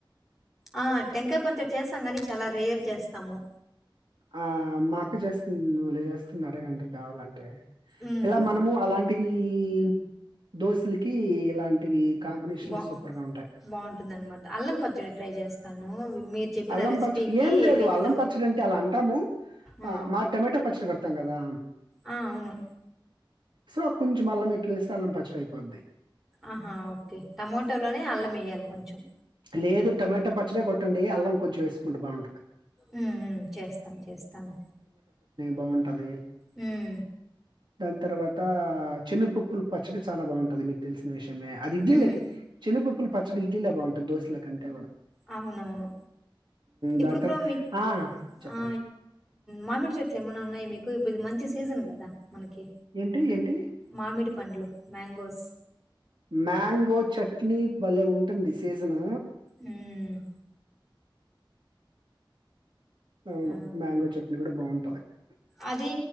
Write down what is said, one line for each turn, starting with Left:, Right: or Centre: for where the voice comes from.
Centre: ఆహ్ టెంకాయ పచ్చటి చేస్తాం. గాని చాలా రేర్ చేస్తాము.
Right: ఆ మా అక్క చేస్తుంది బలే చేస్తుంది అడగండి కావాలంటే
Centre: ఉమ్
Right: ఇలా మనము అలాంటి ఈ దోశలకి ఇలాంటివి కాంబినేషన్‌లు
Centre: బా
Right: సూపర్‌గా ఉంటాయి.
Centre: బాగుంటుంది అనమాట అల్లం పచ్చడి ట్రై చేస్తాను మీరు చెప్పిన
Right: అల్లం
Centre: రెసిపీకి
Right: పచ్చడి ఏం లేదు
Centre: విత్
Right: అల్లం పచ్చడి అంటే అలా అంటాము
Centre: ఆ
Right: మా టొమమాటో పచ్చడి కడు తాంగాదా
Centre: ఆ అవును
Right: సో కొంచెం అల్లం ఎక్కువేస్తే అల్లం పచ్చడియిపోద్ది
Centre: ఆహా ఓకే టమాటోలోనే అల్లం మేయాలి కొంచెం
Right: లేదు టొమాటో పచ్చడి కొట్టండి అల్లం కొంచెం వేసుకుంటే బాగుంటుంది
Centre: ఉం ఉం చేస్తాను చేస్తాను
Right: బాగుంటంది
Centre: ఉం
Right: దాని తర్వాత శెనగపప్పులు పచ్చడి చాలా బాగుంటది మీకు తెలిసిన విషయం అది ఇడ్లీల
Centre: ఉమ్
Right: కి చెనుగపప్ పచ్చడి ఇడ్లీలా బాగుంట దోసల కంటేగుడ
Centre: అవునవును ఇప్పుడు
Right: దాని
Centre: బ్రో
Right: తర్వా
Centre: మీ
Right: ఆ! చెప్పండి.
Centre: ఆ మామిడి చెట్లు ఏమన్నా ఉన్నాయి మీకు ఇప్పుడు మంచి సీజన్ కదా మనకి
Right: ఏంటి? ఏంటి?
Centre: మామిడి పండ్లు మ్యాంగోస్
Right: మ్యాంగో చట్నీ భలేె ఉంటుంది సిసన్
Centre: ఉమ్
Right: అవును
Centre: ఆ
Right: మ్యాంగో చట్నీ కూడా బాగుంటుంది టాయి
Centre: అది